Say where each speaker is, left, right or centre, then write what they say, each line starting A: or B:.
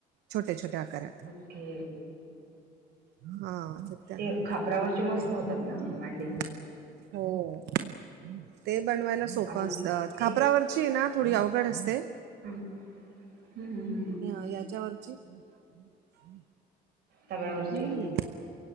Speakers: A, on the right (about 85°); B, on the right (about 70°).
A: छोट्या, छोट्या आकारा,
B: ओके,
A: हा
B: ते खापरावरचे
A: <unintelligible>
B: मस्त होतात ना मांडे
A: हो ते बनवायला सोपं
B: आणि
A: असतात
B: इकडे
A: खापरावरची आहे ना थोडी अवघड असते.
B: हम्म हम्म हम्म
A: हयाच्यावरची हम्.
B: तव्यावरची
A: हम्म